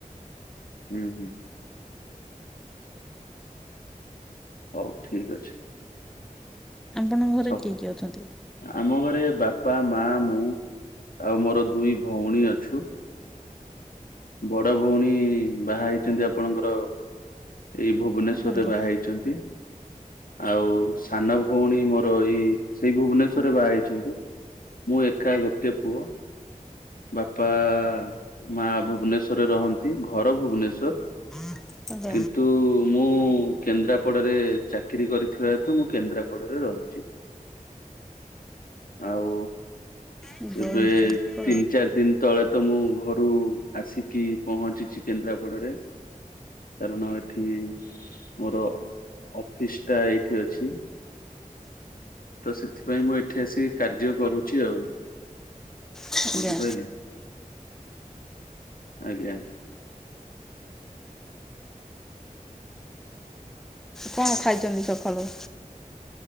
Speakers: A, on the left (about 85°); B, in the centre.
A: ହୁଁ ହୁଁ। ହଉ ଠିକ ଅଛି।
B: ଆପଣଙ୍କ ଘରେ
A: ସବୁ
B: କିଏ କିଏ ଅଛନ୍ତି?
A: ଆମ ଘରେ ବାପା ମା ମୁଁ ଆଉ ମୋର ଦୁଇ ଭଉଣୀ ଅଛୁ। ବଡ ଭଉଣୀ ବାହା ହେଇଛନ୍ତି ଆପଣଙ୍କର ଏଇ ଭୁବନେଶ୍ଵରରେ
B: ଆଜ୍ଞା
A: ବାହା ହେଇଛନ୍ତି। ଆଉ ସାନ ଭଉଣୀ ମୋର ଏଇ ଏଇ ଭୁବନେଶ୍ଵରରେ ବାହା ହେଇଛନ୍ତି। ମୁଁ ଏକାରା ଗୋଟିଏ ପୁଅ। ବାପା ମା ଭୁବନେଶ୍ଵରରେ ରହନ୍ତି ଘର ଭୁବନେଶ୍ଵର।
B: <unintelligible>
A: କିନ୍ତୁ ମୁଁ କେନ୍ଦ୍ରାପଡ଼ାରେ ଚାକିରି କରିଥିବା ହେତୁ ମୁଁ କେନ୍ଦ୍ରାପଡ଼ାରେ ରହୁଛି। ଆଉ
B: ବଇନ୍
A: ଏବେ
B: ଚମ୍ପା
A: ତିନି ଚାରି ଦିନ ତଳେ ତ ମୁଁ ଘରୁ ଆସିକି ପହଞ୍ଚିଛି। କେନ୍ଦ୍ରାପଡାରେ କାରଣ ଏଠି ମୋର ଅଫିସ ଟା ଏଇଠି ଅଛି। ତ ସେଥିପାଇଁ ମୁଁ ଏଠି ଆସିିକି କାର୍ଯ୍ୟ କରୁଛି ଆଉ।
B: ଆଜ୍ଞା
A: ବୁଝିପାଇଲେ। ଆଜ୍ଞା
B: କଣ ଖାଇଛନ୍ତି ସକାଳୁ?